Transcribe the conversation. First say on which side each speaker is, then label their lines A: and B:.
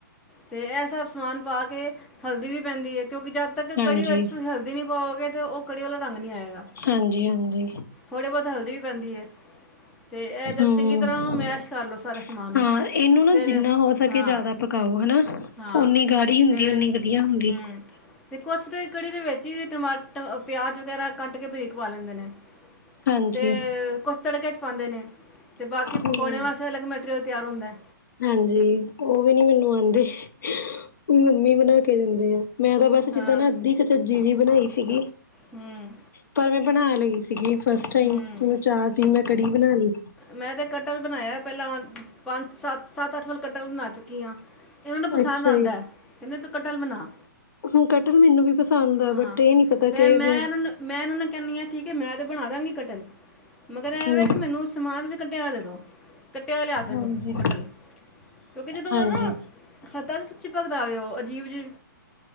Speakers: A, in the centre; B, on the left.
A: ਤੇ ਇਹ ਸਭ ਸਮਾਨ ਪਾ ਕੇ, ਹਲਦੀ ਵੀ ਪੈਂਦੀ ਏ ਕਿਉਂਕਿ ਜਦ ਤੱਕ
B: ਹਾਂਜੀ
A: ਕੜੀ ਵਿੱਚ ਤੁਸੀਂ ਹਲਦੀ ਨਹੀਂ ਪਾਓਗੇ ਤੇ ਉਹ ਕੜੀ ਵਾਲਾ ਰੰਗ ਨੀ ਆਏਗਾ,
B: ਹਾਂਜੀ ਹਾਂਜੀ
A: ਥੋੜ੍ਹੀ ਬਹੁਤ ਹਲਦੀ ਵੀ ਪੈਂਦੀ ਏ ਤੇ ਇਹ ਜ
B: ਹੂੰ
A: ਚੰਗੀ ਤਰ੍ਹਾਂ ਉਹਨਾਂ ਨੂੰ ਮੈਸ਼ ਕਰ ਲਉ ਸਾਰਾ ਸਮਾਨ ਨੂੰ
B: ਹਾਂ ਇਹਨੂੰ ਨਾ
A: ਫਿਰ
B: ਜਿੰਨਾ ਹੋ ਸਕੇ
A: ਹਾਂ
B: ਜ਼ਿਆਦਾ ਪਕਾਓ ਹਨਾ
A: ਹਾਂ
B: ਓਨੀ ਗਾੜੀ ਹੁੰਦੀ
A: ਫਿਰ
B: ਓਨੀ ਵਧੀਆ ਹੁੰਦੀ
A: ਹੂੰ ਤੇ ਕੁਛ ਤਾਂ ਕੜੀ ਦੇ ਵਿੱਚ ਹੀ ਟਮਾਟਰ ਪਿਆਜ ਵਗੈਰਾ ਕੱਟ ਕੇ ਬਰੀਕ ਪਾ ਲੈਂਦੇ ਨੇ
B: ਹਾਂਜੀ
A: ਤੇ ਕੁਛ ਤੜਕੇ ' ਪਾਉਂਦੇ ਨੇ ਤੇ ਬਾਕੀ
B: ਹੂੰ
A: ਪਕੋੜੇ ਵਾਸਤੇ ਅਲੱਗ ਮੈਟੀਰੀਅਲ ਤਿਆਰ ਹੁੰਦਾ
B: ਹਾਂਜੀ ਉਹ ਵੀ ਨੀ ਮੈਨੂੰ ਆਉਂਦੇ ਉਹ ਮੰਮੀ ਬਣਾ ਕੇ ਦਿੰਦੇ ਆ ਮੈਂ ਤਾਂ ਬਸ
A: ਹਾਂ
B: ਜਿੱਦਾਂ ਨਾ ਅੱਧੀ ਸਜਵੀ ਜਿਹੀ ਬਣਾਈ ਸੀਗੀ
A: ਹੂੰ
B: ਪਰ ਮੈਂ ਬਣਾ ਲਈ ਸੀਗੀ ਫਸਟ ਟਾਈਮ
A: ਹੂੰ
B: ਉਹਨੂੰ ਚਾਅ ਸੀ ਮੈਂ ਕੜੀ ਬਣਾਣੀ
A: ਮੈਂ ਤਾਂ ਕਟਲ ਬਣਾਇਆ ਪਹਿਲਾਂ ਪੰਜ ਸੱਤ ਸੱਤ ਅੱਠ ਵੱਲ ਕਟਲ ਬਣਾ ਚੁੱਕੀ ਹਾਂ। ਇਹਨਾਂ ਨੂੰ ਪਸੰਦ
B: ਅੱਛਾ
A: ਆਉਂਦਾ
B: ਜੀ
A: ਕਹਿੰਦੇ ਤੂੰ ਕਟਲ ਬਣਾ
B: ਹੁਣ ਕਟਲ ਮੈਨੂੰ ਵੀ ਪਸੰਦ ਆ
A: ਹਾਂ
B: ਬਟ ਇਹ ਨੀ ਪਤਾ
A: ਤੇ
B: ਕਿਵੇਂ
A: ਮੈ ਇਹਨਾਂ ਨੂੰ ਮੈਂ ਇਹਨਾਂ ਨੂੰ ਕਹਿੰਨੀ ਆ ਠੀਕ ਹੈ ਮੈਂ ਤੇ ਬਣਾਉਣ ਦੀ ਕਟਲ ਮਗਰ ਇਹ
B: ਹੂੰ
A: ਵੇ ਕਿ ਮੈਨੂੰ ਸਮਾਨ ਕੱਢਿਆ ਦੇ ਦੋ ਕੱਟਿਆ ਹੋ ਕੇ ਲਿਆ ਕੇ
B: ਹਾਂਜੀ
A: ਦੋ ਕੱਟਲ ਕਿਉਂਕਿ ਜਦੋਂ
B: ਹਾਂਜੀ।
A: ਓ ਨਾ ਹੱਥਾਂ ਚ ਚਿਪਕਦਾ ਏ ਉਹ ਅਜੀਬ ਜੀ